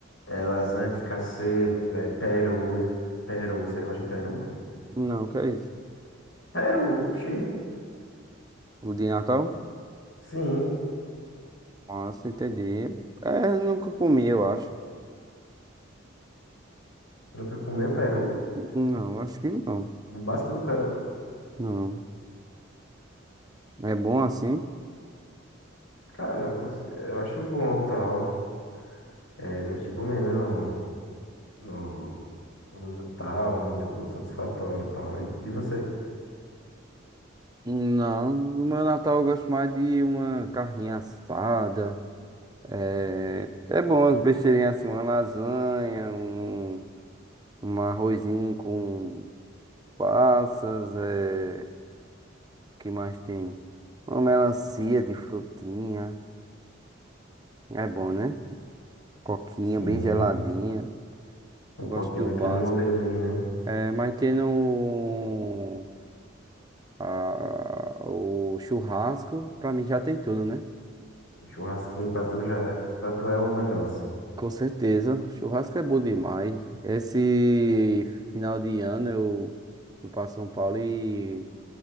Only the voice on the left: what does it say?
É lasanha, fricassê, é peru. Peru, você gosta de peru?
Peru, oxi.
Sim.
Nunca comeu peru?
O básico do peru?
Cara, eu cons- eu acho bom, tal. É, eu gosto de comer, né, no, no, no Natal, muito satisfatório, e tal. E, e você?
Sim,
um
coquinho
daquele
modelinho, né?
Um Churrasquinho pra tu já, pra tu é o melhor, assim.